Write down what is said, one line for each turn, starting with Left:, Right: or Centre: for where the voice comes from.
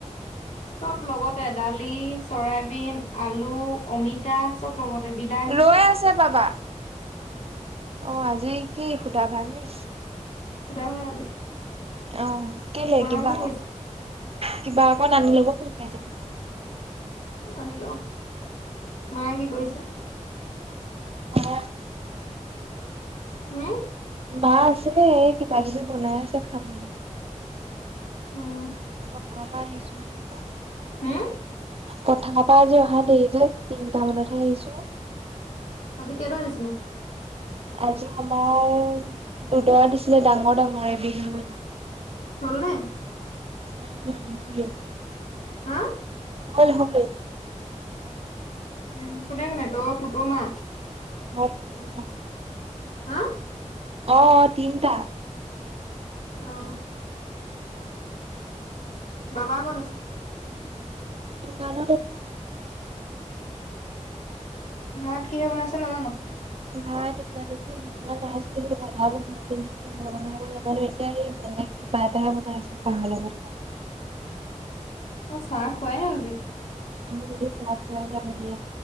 Left: চব লগতে দালি, চৰাইবিন, আলু, অমিতা চব। লগতে বিলাহী।
Right: ৰৈ আছে বাবা অ আজি কি সোধা ভাত নি।
Left: সুদা ভাত আজি।
Right: অ', কেলে
Left: মায়ে
Right: কিবা
Left: কি কৰিছে?
Right: অ', কিবা অকণ আনি ল'ব পাইলা হয়।
Left: আনি ল মায়ে কি কৰিছে?
Right: অ
Left: হুম
Right: বা আছে নাই এই। কিবা কিবি বনাই আছে খাব লে।
Left: উম
Right: পথাৰ পা আহিছোহে।
Left: হুম।
Right: পথাৰ পৰা আজি অহা দেৰি যে তিনটা মানতহে আহিছো।
Left: অজি কেইটা দিছিলে।
Right: আজি আমাৰ দুটা দিছিলে ডাঙৰ ডাঙৰ এবিঘা মান।
Left: হ'লনে।
Right: উমমম।
Left: হা।
Right: কমল হমে।
Left: উম কোনে কোনে তই পুত মা।
Right: অ পুতুল মা।
Left: হা।
Right: অ', তিনিটা।
Left: অহ। বাবা কত আছে।
Right: দোকানত।
Left: ভাত কিহে বনাইছে নাজানো।
Right: ভাত তেতিয়ালৈকে বনোৱা নাইছিল যে বনাবহে কিন্তু কিহে বনাই ল। মইটো এতিয়া এই বেলেগ কিবা এটা হে বনাই আছো চাহৰ লগত খাব।
Left: অ', চাহ খুৱাই ন আৰুৰি।
Right: আমি যদি চাই খুৱাই ত মানে